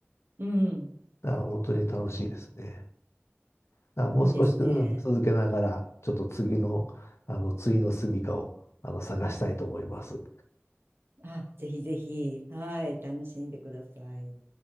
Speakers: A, on the right; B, on the left.
A: うん。
B: だから本当に楽しいですね。だからもう少し、
A: いいですね。
B: うん、続けながら、ちょっと次の、あの、次の住処を、あの、探したいと思います。
A: あ、ぜひぜひ、はい、楽しんでください。